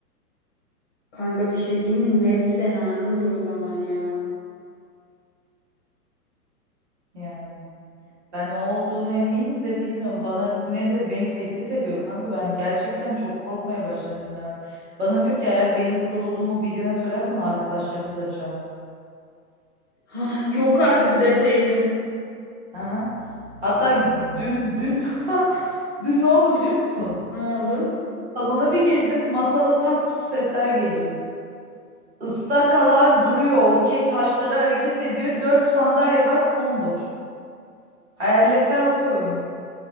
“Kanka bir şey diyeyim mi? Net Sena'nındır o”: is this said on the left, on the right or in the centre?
Left